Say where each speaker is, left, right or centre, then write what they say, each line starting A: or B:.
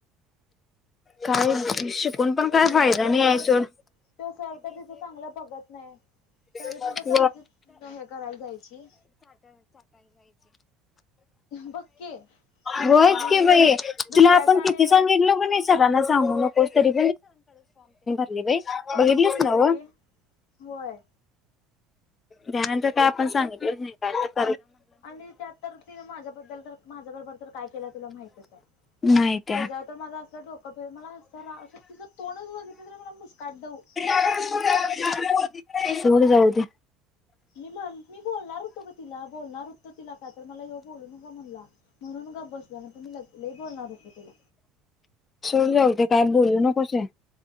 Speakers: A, on the left (about 35°); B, on the left (about 65°).
A: काय? <unintelligible>
B: तो
A: फायदा
B: सर तर
A: नाही आहे
B: तुझ,
A: सोड
B: तो सर तर तुज चांगला बघत नाही.
A: <unintelligible>
B: तरी पण त्या सराची हे करायला जायची बघकी
A: व्हयचं
B: आणि
A: कि बाई
B: दुसऱ्याच
A: तिला आपण
B: आणि
A: किती सांगितलो कनी स सांगू नको तरी <unintelligible>
B: बघ
A: बघितलीस
B: की
A: ना व
B: बाई. होय.
A: त्यानंतर काय आपण सांगितलंच नाही. काय कर --
B: आणि त्यात तर ति माझ्याबद्दल तर माझ्याकडे बर तर काय केलं तुला माहीतच आहे
A: नाही त्या
B: त्याच्यावर तर माझा -- असं डोकं -- मला असा रा असं तिचं तोडच बघितलं तर मला मुस्काट दवु --
A: <unintelligible> सोड जाऊ दे
B: मी म्हण मी बोलणार होत ग तिला बोलणार होत तिला काय तर मला यो बोलू नको म्हणला म्हणून गप बसलो नाहि मी लई लई बोलणार होते तिला.
A: सोड जाऊ दे काय बोलू नकोसे